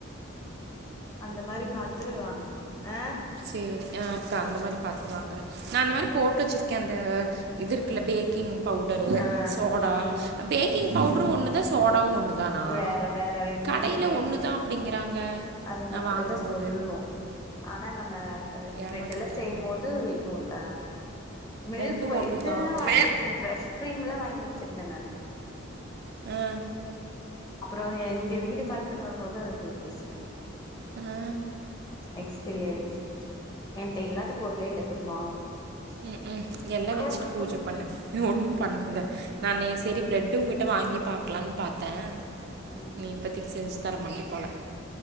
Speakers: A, on the left; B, on the right.
A: அந்த மாரி பாத்து வாங்கு ஆ
B: சேரி ஆ அக்கா அந்த மாதிரி பாத்து வாங்குறே நா அந்த மாதிரி போட்டு வச்சிருக்கே அந்த இது இருக்குல பேக்கிங் பவுடரு
A: ஆ
B: சோடா
A: ம்
B: பேக்கிங் பவுடரு ஒன்னு தா சோ தோடா ஒன்னு தானா
A: வேற வேற ரெண்டுமே
B: கடையில
A: வேணு
B: ஒன்னு தா அப்டிங்கறாங்க
A: அதுங்க
B: நா
A: அப்டிதா
B: வாங்க போது
A: சொல்லு
B: <inaudible>
A: ஆனா நம்ம
B: ஏமாத்திட்டாங்க
A: பிரெட்டெல்லா செய்யும் போது வேணு ல மில்க்
B: ரெண்டும் ஒன்று
A: இதெல்லா
B: தான் அப்படின்னாங்க
A: வாங்கி வச்சிருந்தே ஃப்ரெஷ் கிரீம்ல்லா வாங்கி வச்சிருந்தே நானு
B: அ
A: அப்புறோ எங்க வீடு காலி பண்ணி வரும்போது அத தூக்கி வீசுனே
B: அ
A: எக்ஸ்பிரி ஆயிடுச்சு என்ட இல்லாத பொருலே இல்ல தெரியுமா
B: ம் ம் எல்லா
A: கோகோ
B: வச்சுட்டு பூஜ பண்ணு ஒன்னும் பண்ணாத நானு சரி பிரெட்டு உங்கிட்ட வாங்கி பாக்கலான்னு பாத்தே
A: ஆ
B: நீ இப்பத்தக்கி செஞ்சு தரமாட்ட போல